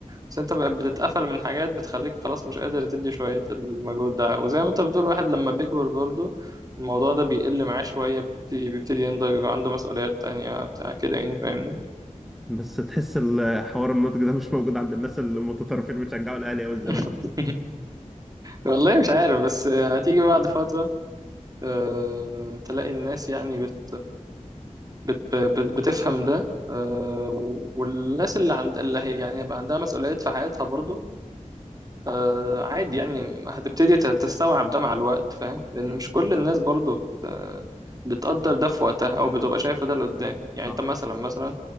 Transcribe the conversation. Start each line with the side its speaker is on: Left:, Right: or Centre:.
Right: بس انت بقى بتتقفل من حاجات بتخليك خلاص مش قادر تدي شوية المجهود ده وزي ما انت بتقول الواحد لما بيكبر برضه الموضوع ده بيقل معاه شوية بيبتدي بيبتدي ينضج يبقى عنده مسؤوليات تانية بتاع كده يعني فاهمني
Centre: بس تحس ال- حوار النضج ده مش موجود عند الناس المتطرفين اللي بيشجعوا الاهلي او الزمالك
Right: <laughs> والله مش عارف بس هتيجي بعد فترة آه، تلاقي الناس يعني بت بت بت بتفهم ده آه، والناس اللي عند اللي هي يعني هيبقى عندها مسؤوليات في حياتها برضو آه عادي يعني هتبتدي ت- تستوعب ده مع الوقت فاهم لأن
Centre: مم.
Right: مش كل الناس برضو بت... بتقدر ده في وقتها أو بتبقى شايفة ده لقدام يعني
Centre: صح
Right: أنت مثلا مثلا